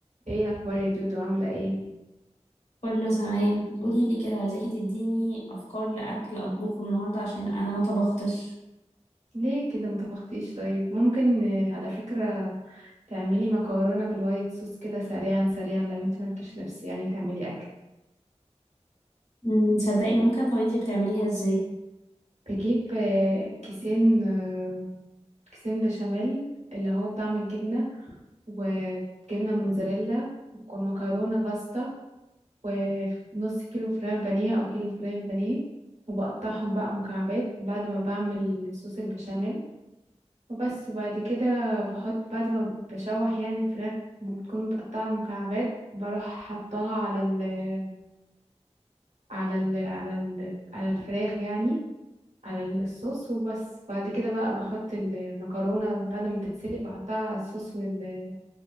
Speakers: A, on the right; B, on the left.
A: ايه الاخبار يا دودو عامله ايه
B: كله تمام قولي لي كده عايزاكي تديني افكار لاكل اطبخه النهارده عشان انا ما طبختش
A: ليه كده ما طبختيش طيب ممكن آه، على فكره تعملي مكرونه بالوايت صوص كده سريعا سريعا لو انت مالكيش نفس يعني تعملي اكل
B: أمم، تصدقي ممكن طب انتي بتعمليها ازاي
A: بجيب آه، كيسين آه، كيسين بشاميل اللي هو بطعم الجبنه وجبنه موتزاريلا ومكرونه باستا ونص كيلو فراخ بانيه او كيلو فراخ بانيه وبقطعهم بقى مكعبات بعد ما بعمل صوص البشاميل وبس وبعد كده بحط بعد ما بشوح يعني الفراخ بتكون متقطعة مكعبات بروح حطها على ال على ال على ال على الفراخ يعني على الصوص وبس بعد كده بقى بحط المكرونة بعد ما تتسلق بحطها على الصوص وال-